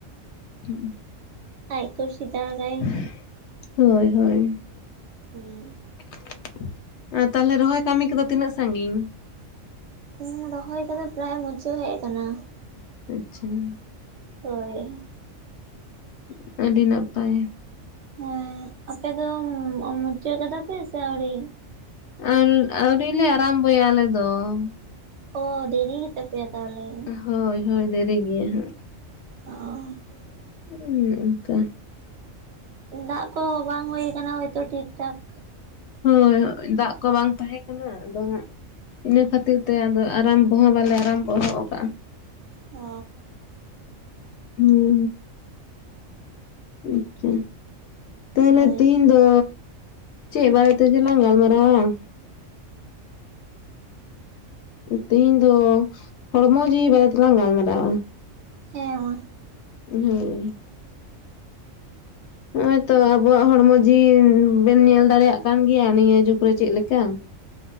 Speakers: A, on the left; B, on the right.
A: ᱦᱩᱸᱜ ᱩᱸ ᱾
B: ᱟᱡ ᱠᱩᱥᱤ ᱫᱟᱜᱽ ᱟᱭ ᱾
A: <unintelligible> ᱦᱳᱭ ᱦᱳᱭ
B: ᱦᱩᱸ
A: ᱾ ᱟ ᱛᱟᱦᱚᱞᱮ ᱨᱚᱦᱚᱭ ᱠᱟᱹᱢᱤ ᱠᱚᱫᱚ ᱛᱤᱱᱟᱹᱜ ᱥᱟᱺᱜᱤᱧ?
B: ᱤᱧ ᱨᱚᱦᱚᱭ ᱠᱟᱫᱟᱜ ᱯᱟᱨᱟᱭ ᱢᱩᱪᱟᱹᱜ ᱦᱮᱜ ᱠᱟᱱᱟ ᱾
A: ᱟᱪᱪᱷᱟ ᱾
B: ᱦᱳᱭ ᱾
A: <unintelligible> ᱟᱹᱰᱤ ᱱᱟᱯᱟᱭ ᱾
B: ᱦᱮᱸ ᱟᱯᱮ ᱫᱚ ᱩᱸ ᱢᱩᱪᱟᱹᱫ ᱮᱫᱟ ᱯᱮ ᱥᱮ ᱟᱹᱣᱲᱤ?
A: ᱟᱱ ᱟᱹᱣᱨᱤ ᱞᱮ ᱟᱨᱟᱢᱵᱷᱚᱼᱭᱟ ᱟᱞᱮ ᱫᱚ ᱾
B: ᱚ ᱫᱮᱨᱤ ᱜᱮ ᱛᱯᱮᱭᱟ ᱛᱟᱦᱚᱞᱮ ᱾
A: ᱦᱳᱭ ᱦᱳᱭ ᱫᱮᱨᱤ ᱜᱮᱭᱟ ᱦᱟᱸᱜ ᱾
B: ᱚᱻᱻᱻ
A: ᱩᱸᱜ ᱚᱱᱠᱟ᱾
B: ᱫᱟᱜ ᱠᱚ ᱵᱟᱝ ᱦᱩᱭ ᱟᱠᱟᱱᱟ ᱦᱚᱳᱭᱛᱳ ᱴᱷᱤᱠ ᱴᱷᱟᱠ ᱾
A: ᱦᱳᱭ ᱳᱜ ᱫᱟᱜ ᱠᱚ ᱵᱟᱝ ᱛᱟᱦᱮᱸ ᱠᱟᱱᱟ ᱟᱫᱚ ᱦᱟᱸᱜ ᱾ ᱤᱱᱟᱹ ᱠᱷᱟᱹᱛᱤᱨ ᱛᱮ ᱟᱫᱚ ᱟᱨᱟᱢᱵᱦᱚᱸ ᱦᱚᱸ ᱵᱟᱞᱮ ᱟᱨᱟᱢᱵᱦᱚᱜ ᱟᱠᱟᱜᱼᱟ ᱾
B: ᱚ ᱾
A: ᱩᱸ ᱦᱩᱸ ᱟᱪᱪᱷᱟ ᱾ ᱛᱟᱦᱞᱮ
B: ᱦᱳᱭ
A: ᱛᱮᱦᱤᱧ ᱫᱚ ᱪᱮᱫ ᱵᱟᱨᱮ ᱛᱮᱪᱮ ᱞᱟᱝ ᱜᱟᱞᱢᱟᱨᱟᱣ-ᱟ ᱾ ᱛᱮᱦᱤᱧ ᱫᱚ ᱦᱚᱲᱢᱚ ᱡᱤᱣᱤ ᱵᱟᱨᱮ ᱛᱮᱞᱟᱝ ᱜᱟᱞᱢᱟᱨᱟᱣ-ᱟ ᱾
B: ᱦᱮᱸ ᱢᱟ ᱾
A: ᱩᱸᱦᱩ ᱱᱚᱜᱚᱭ ᱛᱚ ᱟᱵᱚᱣᱟᱜ ᱦᱚᱲᱢᱚ ᱡᱤᱣᱤ ᱵᱤᱱ ᱧᱮᱞ ᱫᱟᱲᱮᱭᱟᱜ ᱠᱟᱱ ᱜᱮᱭᱟ ᱱᱤᱭᱟᱹ ᱡᱩᱜᱽ ᱨᱮ ᱪᱮᱫᱞᱠᱟ ᱾